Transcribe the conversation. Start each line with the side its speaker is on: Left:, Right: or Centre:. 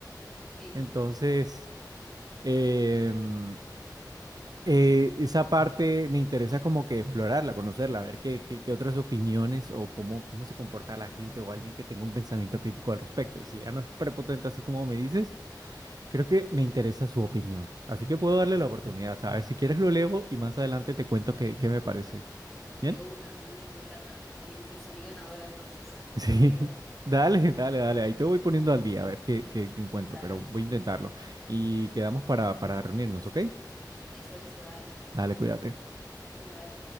Centre: sí.
Right: Entonces, Em, eh, esa parte me interesa como que explorarla, conocerla, ver qué, qué, qué otras opiniones o cómo, cómo se comporta la gente o alguien que tenga un pensamiento crítico al respecto. Y si ya no es prepotente así como me dices, creo que me interesa su opinión. Así que puedo darle la oportunidad, ¿sabes? Si quieres lo leo y más adelante te cuento qué, qué me parece.
Centre: De
Right: ¿Bien?
Centre: una,
Right: <laughs>
Centre: entonces me encanta. Salimos, salí ganadora entonces.
Right: Sí.
Centre: Me alegra mucho.
Right: Dale, dale, dale. Ahí te voy poniendo al día a ver qué, qué encuentro,
Centre: Dale.
Right: pero voy a intentarlo. Y quedamos para, para reunirnos, ¿ok?
Centre: Listo, listo, dale.
Right: Dale, cuídate.
Centre: Igual.